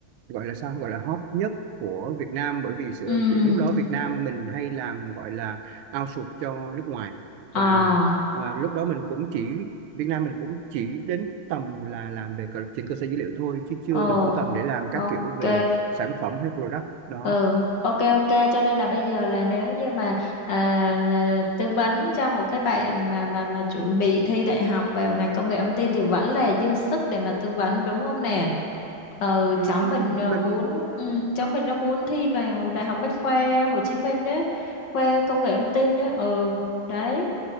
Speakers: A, on the right; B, on the left.
A: gọi là sao gọi là hot nhất của Việt Nam bởi vì sự,
B: Ừ.
A: vì lúc đó Việt Nam mình hay làm gọi là outsource cho nước ngoài
B: À.
A: và ờ, lúc đó mình cũng chỉ Việt Nam mình cũng chỉ đến tầm là làm về cơ- trên cơ sở dữ liệu thôi chứ chưa
B: Ồ.
A: đủ tầm để làm các
B: Ok.
A: kiểu về sản phẩm hay product đó
B: ừ ok ok cho nên là bây giờ là nếu như mà à, tư vấn cho một cái bạn mà mà mà chuẩn bị thi đại học vào ngành công nghệ thông tin thì vẫn là dư sức để mà tư vấn đúng không nè ừ,
A: Ừm,
B: cháu mình ờ,
A: mình
B: muốn ừ, cháu mình nó muốn thi vào đại học Bách khoa Hồ Chí Minh á khoa công nghệ thông tin đó ừ đấy